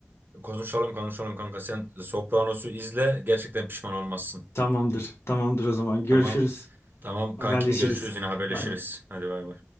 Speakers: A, on the right; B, on the left.
A: Konuşalım konuşalım kanka. Sen Sopranos'u izle. Gerçekten pişman olmazsın.
B: Tamamdır. Tamamdır o zaman. Görüşürüz.
A: Tamam. Tamam
B: Haberleşiriz.
A: kankim görüşürüz yine haberleşiriz.
B: Bay bay.
A: Hadi bay bay.